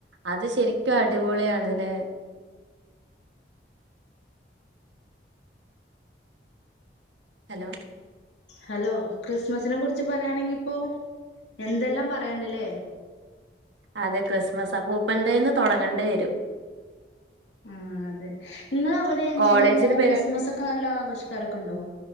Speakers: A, on the right (about 80°); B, on the left (about 80°).
A: അത് ശരിക്കും അടിപൊളിയാണ്ല്ലെ ഹലോ
B: ഹലോ ക്രിസ്മസിനെ കുറിച്ച് പറയായാണെങ്കി ഇപ്പോ എന്തെല്ലാം പറയണ്ടില്ലേ
A: അതെ ക്രിസ്മസ് അപ്പുപ്പന്റെന്ന് തുടങ്ങേണ്ടി വരും
B: ആഹ് അതെ ങ്ങളവിടെ എങ്ങനെയാണ്
A: കോളേജില് പരിപാടി
B: ക്രിസ്മസ് ഒക്കെ നല്ലോ ആഘോഷിക്കാരൊക്കെണ്ടോ